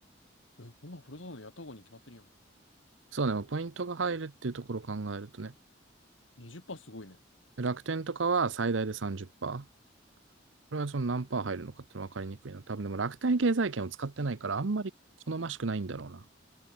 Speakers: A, on the left (about 80°); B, on the right (about 80°).
A: え、こんなんふるさとのやった方がに決まってるやん。
B: そうね、ポイントが入るっていうところを考えるとね。
A: 20%すごいね。
B: 楽天とかは最大で30%。これはその何パー入るのかっての分かりにくいな。多分でも楽天経済圏を使ってないからあんまり好ましくないんだろうな。